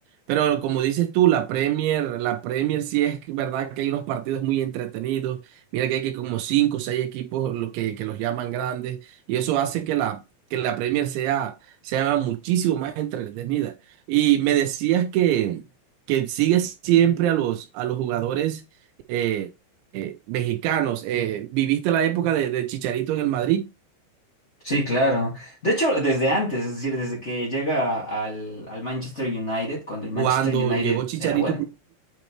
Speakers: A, on the right; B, on the left.
A: Pero como dices tú, la Premier, la Premier sí es que- verdad que hay unos partidos muy entretenidos. Mira que hay que como cinco o seis equipos lo que, que los llaman grandes. Y eso hace que la, que la Premier sea, sea muchísimo más entretenida. Y me decías que, que sigues siempre a los, a los jugadores eh, eh, mexicanos. Eh, ¿viviste la época de, de Chicharito en el Madrid?
B: sí, claro. De hecho, desde antes, es decir, desde que llega al, al Manchester United, cuando el Manchester
A: Cuando
B: United
A: llegó Chicharito,
B: era bueno.